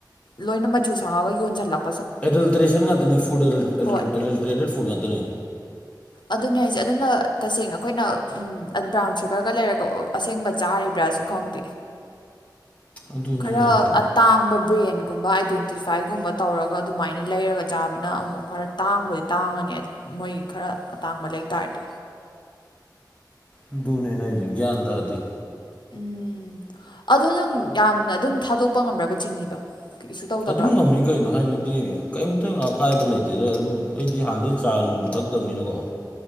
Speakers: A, on the left (about 80°); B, on the left (about 15°).
A: ꯂꯣꯏꯅ ꯃꯆꯨ ꯁꯪꯉꯒ ꯌꯣꯟꯖꯟꯂꯛ
B: ꯑꯦꯗꯜꯇ꯭ꯔꯦꯁꯟ ꯉꯥꯛꯇꯅꯦ ꯐꯨꯗ <unintelligible>
A: ꯍꯣꯏ
B: ꯑꯦꯗꯜꯇ꯭ꯔꯦꯇꯦꯠ ꯐꯨꯗ ꯉꯥꯛꯇꯅꯦ
A: ꯑꯗꯨꯅꯦ ꯍꯥꯏꯁꯦ ꯑꯗꯨꯅ ꯇꯁꯦꯡꯅ ꯑꯩꯈꯣꯏꯅ ꯎꯝ ꯕ꯭ꯔꯥꯎꯟ ꯁꯨꯒꯔꯒ ꯂꯩꯔꯦꯀꯣ ꯑꯁꯦꯡꯕ ꯆꯥꯔꯤꯕ꯭ꯔꯥꯖꯨ ꯈꯪꯗꯦ
B: ꯑꯗꯨꯅꯦ
A: ꯈꯔ
B: ꯍꯥꯏꯁꯦ
A: ꯑꯠ ꯇꯥꯡꯕ ꯕ꯭ꯔꯦꯟꯒꯨꯝꯕ ꯑꯥꯏꯗꯦꯟꯇꯤꯐꯥꯏꯒꯨꯝꯕ ꯇꯧꯔꯒ ꯑꯗꯨꯃꯥꯏꯅ ꯂꯩꯔꯒ ꯆꯥꯕꯅ ꯑꯃꯨꯛ ꯈꯔ ꯇꯥꯡꯕꯨꯗꯤ ꯇꯥꯡꯉꯅꯤ ꯃꯣꯏ ꯈꯔ ꯑꯇꯥꯡꯕ ꯂꯩꯇꯥꯥꯔꯗꯤ
B: ꯑꯗꯨꯗꯨꯅꯦ ꯍꯥꯏꯗꯤ ꯌꯥ꯭ꯟ ꯇꯗꯤ
A: ꯎꯝ ꯑꯗꯣ ꯅꯪ ꯌꯥꯝꯅ ꯑꯗꯨꯝ ꯊꯥꯗꯣꯛꯄ ꯉꯝꯃ꯭ꯔꯕ ꯆꯤꯅꯤꯗꯣ ꯀꯩꯁꯨ ꯇꯧꯗꯕ꯭ꯔꯕ
B: ꯑꯗꯨꯝ ꯉꯝꯃꯤ ꯀꯩꯅꯣ ꯍꯥꯏꯕꯗꯤ ꯀꯩꯝꯇꯪ ꯑꯀꯥꯏꯕ ꯂꯩꯇꯦꯗ ꯑꯗꯨꯝ ꯑꯩꯗꯤ ꯍꯥꯟꯅꯗꯩ ꯆꯥ ꯅꯨꯡꯁꯨ ꯊꯛꯇꯕꯅꯤꯅꯀꯣ